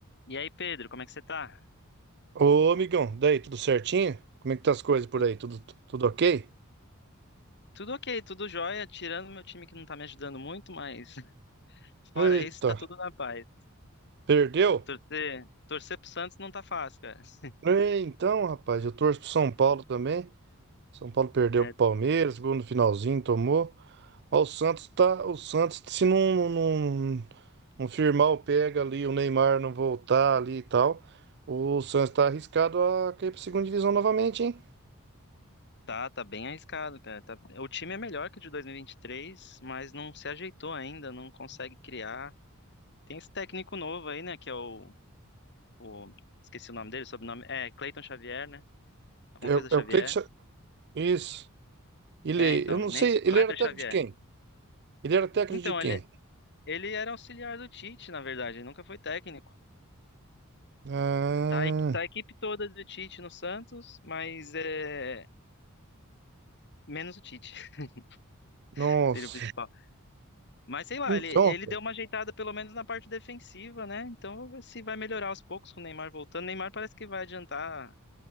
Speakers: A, on the left (about 55°); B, on the right (about 50°).
A: E aí, Pedro, como é que você tá?
B: Ô, amigão, daí, tudo certinho? Como é que tá as coisas por
A: Tu-
B: aí? Tudo, tudo ok?
A: Tudo ok, tudo jóia, tirando meu time que não tá me ajudando muito, mas <laughs> fora
B: Eita,
A: isso, tá tudo na paz.
B: perdeu?
A: Torcer, torcer pro Santos não tá fácil, cara. <laughs>
B: É, então, rapaz, eu torço pro São Paulo também. São Paulo perdeu
A: É,
B: pro Palmeiras, gol no finalzinho, tomou. Ó, o Santos tá, o Santos, se não, não, não firmar o pega ali, o Neymar não voltar ali e tal, o Santos tá arriscado a cair pra segunda divisão novamente, hein?
A: tá, tá bem arriscado, cara. Tá- o time é melhor que o de 2023, mas não se ajeitou ainda, não consegue criar. Tem esse técnico novo aí, né, que é o, o- esqueci o nome dele, sobrenome, é Cleiton Xavier, né? Alguma
B: É,
A: coisa
B: o-
A: Xavier.
B: é o Cleiton, Cha- isso. Ele,
A: É, então,
B: eu não
A: né?
B: sei, ele
A: Kleber
B: era técnico
A: Xavier.
B: de quem? Ele era técnico
A: Então,
B: de quem?
A: ele, ele era auxiliar do Tite, na verdade, ele nunca foi técnico.
B: Ah.
A: Tá, a equi- tá a equipe toda do Tite no Santos, mas é menos o Tite, <laughs>
B: Nossa.
A: que seria o principal. Mas sei lá,
B: Então,
A: ele, ele deu uma ajeitada pelo menos na parte defensiva, né? Então vamos ver se vai melhorar aos poucos com o Neymar voltando. Neymar parece que vai adiantar